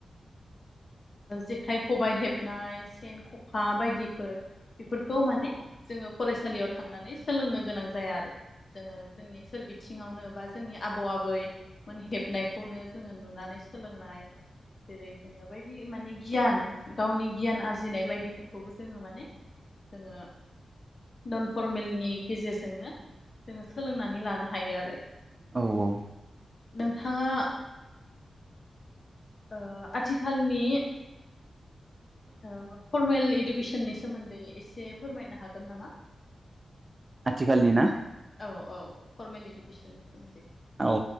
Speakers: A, on the left; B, on the right.
A: जेखाइ खबाइ हेबनाय सेन ख'खा बायदिफोर इफोखौ मानि जोङो फरायसालियाव थांनानै सोलोंनो गोनां जाया आरो जोङो जोंनि सोरबि आथिङावनो बा जोंनि आबौ आबै मोन हेबनायखौनो जोङो नुनानै सोलोंनाय जेरै जोङो बायदि माने गियान गावनि गियान आरज फुजिनाय बायदिफोरखौबो जोङो माने जोङो नन फरमेलनि गेजेरजोंनो जोङो सोलोंनानै लानो हायो आरो
B: औ औ।
A: नोंथाङा। ओ आथिखालनि औ। फर्मेल इदु इुसन <unintelligible> नि सोमोन्दै एसे फोरमायनो हागोन। नामा।
B: आथिखालनि ना।
A: औ औ। फरमेल इडुकेसननि सोमोन्दै
B: औ